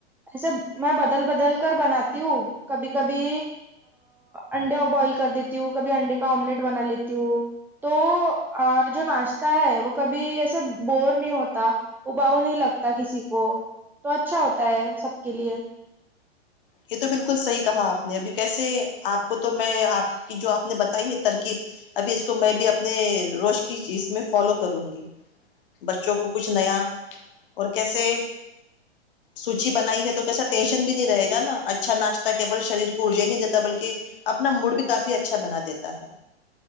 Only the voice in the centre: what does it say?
ایسے میں بدل بدل کر بناتی ہوں کبھی کبھی انڈے بوائل کر دیتی ہوں کبھی انڈے کا آملیٹ بنا لیتی ہوں تو جو ناشتہ ہے وہ کبھی ایسے بور نہیں ہوتا اباؤ نہیں لگتا کسی کو تو اچھا ہوتا ہے سب کے لیے